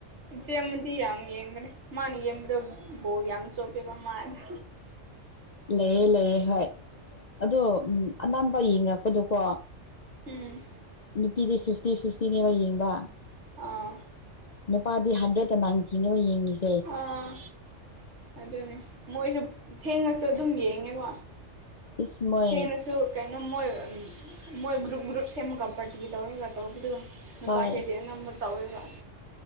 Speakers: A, on the right (about 60°); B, on the left (about 45°).
A: ꯏꯆꯦꯑꯃꯥꯗꯤ ꯌꯥꯝ ꯌꯦꯡꯕꯅꯦ ꯃꯥꯅ ꯌꯦꯡꯕꯗꯣ ꯕꯣꯜ ꯌꯥꯝ ꯆꯣꯞꯄꯦꯕ ꯃꯥꯗ
B: ꯂꯩꯑꯦ ꯂꯩꯑꯦ ꯍꯣꯏ ꯑꯗꯣ ꯑꯅꯥꯝꯕ ꯌꯦꯡꯔꯛꯄꯗꯨꯀꯣ
A: ꯎꯝ
B: ꯅꯨꯄꯤꯗꯤ ꯐꯤꯐꯇꯤ ꯐꯤꯐꯇꯤꯅꯦꯕ ꯌꯦꯡꯕ
A: ꯑꯥ
B: ꯅꯨꯄꯥꯗꯤ ꯍꯟꯗ꯭ꯔꯦꯠꯇ ꯅꯥꯏꯟꯇꯤꯅꯦꯕ ꯌꯦꯡꯉꯁꯤ
A: ꯑꯥ ꯑꯗꯨꯅꯦ ꯃꯣꯏꯁꯨ ꯊꯦꯡꯉꯁꯨ ꯑꯗꯨꯝ ꯌꯦꯡꯉꯦꯕ
B: ꯏꯁꯃꯣꯏ
A: ꯊꯦꯡꯅꯁꯨ ꯀꯩꯅꯣ ꯃꯣꯏ ꯃꯣꯏ ꯒ꯭ꯔꯨꯞ ꯒ꯭ꯔꯨꯞ ꯁꯦꯝꯃꯒ ꯄꯔꯇꯤ ꯇꯧꯔꯒ ꯇꯧꯕꯗꯣ ꯅꯨꯄꯥꯒꯩꯗꯤ
B: ꯍꯣꯏ
A: ꯑꯅꯝꯕ ꯇꯧꯋꯦꯕ